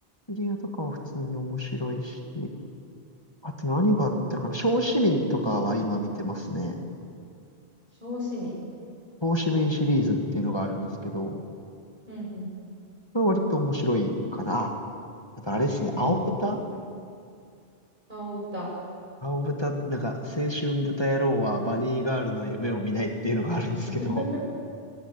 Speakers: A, on the left (about 25°); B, on the right (about 50°).
A: 薬屋とかは普通に面白いし、あと何があったかな小市民とかは今見てますね。
B: 小市民。
A: 小市民シリーズっていうのがあるんですけど、こ
B: うんうん。
A: れは割と面白いかな。ああとあれですね、
B: へえ。
A: 青豚
B: 青歌。
A: 青豚、なんか、青春豚野郎はバニーガールの夢を見ないっていうのがあるんですけど、
B: <laughs>